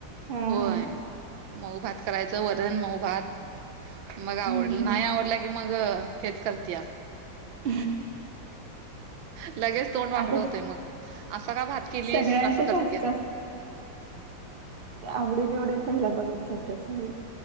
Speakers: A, on the right (about 50°); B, on the right (about 80°).
A: हा
B: होय
A: हा.
B: मऊ भात करायचं वरण मऊ भात मग आवड
A: हम्म
B: नाही आवडलं की मग अग हेच करत या
A: हम्म
B: लगेच तोंड वाकड
A: आता
B: होते मग असं का भात केली
A: सगळ्यांचच
B: असं करतीय
A: असंच आवडीन एवढी पहिला बघत जात त्या सळी